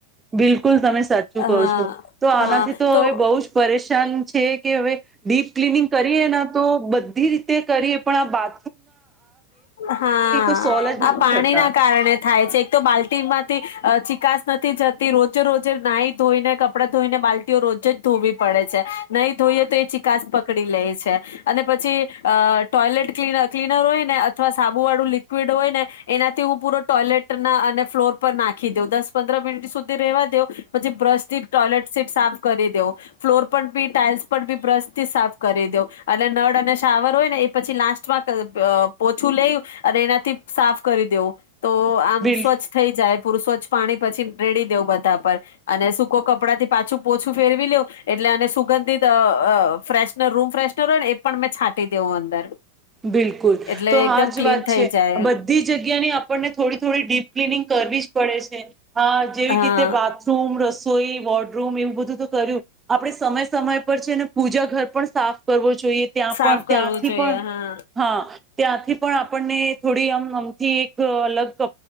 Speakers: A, on the right (about 15°); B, on the left (about 60°).
A: બિલકુલ, તમે- સાચું
B: હા
A: કહું છું, તો આનાથી
B: હા તો
A: હવે બહુ જ પરેશાન છે કે હવે ડીપ ક્લીનિંગ કરીએ, ના તો બધી રીતે કરીએ આપણા
B: હા,
A: તો સોલ્વ જ
B: આ
A: નથી
B: પાણીના
A: થતા
B: કારણે થાય છે. એક તો બાલ્ટીમાં ચીકાશ નથી જતી. રોજે-રોજ નાહી-ધોઈને, કપડાં ધોઈને, બાલ્ટીઓ પણ રોજ જ ધોવી પડે છે. નહીં ધોઈએ, તો એ ચીકાશ પકડી લે છે. અને પછી ટોયલેટ ક ક્લીનર હોય ને અથવા સાબુ વાળું લિક્વિડ હોય ને એનાથી હું પૂરો ટોયલેટના અને ફ્લોર પર નાખી દઉ દસ પંદર મિનિટ સુધી રેવા દઉ પછી બ્રશથી ટોયલેટ સીટ સાફ કરી દેઉં ફ્લોર પર બી ટાઈલ્સ પર બી બ્રશથી સાફ કરી દેઉ અને નળ અને શાવર હોય ને એ પછી લાસ્ટ પોછું લેય અને એનાથી સાફ કરી દેવું. તો આમ
A: બિલકુલ
B: સ્વચ્છ થઈ જાય. પુરુ સ્વચ્છ પાણી પછી રેડી દેવ બધા પર અને સૂકો કપડાં થી પાછું પોછું ફેરવી લેવ એટલે અને સુગંધિત ફેશનર રૂમ ફ્રેશનર હોય ને એ પણ મેં છાંટી દેઉું અંદર.
A: બિલકુલ
B: એટલે
A: તો હા
B: એકદમ
A: જ
B: ક્લીન
A: વાત
B: થઈ
A: છે.
B: જાય
A: બધી જગ્યાની આપણને થોડી-થોડી ડીપ ક્લીનિંગ કરવી જ પડે છેને હા જેવી
B: હા
A: કેતે બાથરૂમ રસ સોઈ વોડરૂમ એવું બધું તો કર્યું, આપડે સમય સમય પણ ને પૂજા ઘર પણ સાફ કરવો જ જોઈએ ત્યાં
B: સાફ
A: પણ ત્યાંથી
B: કરવું જોઈએ
A: પણ
B: હા
A: હા. ત્યાંથી પણ આપણને થોડી આમ અમથી એક અલગ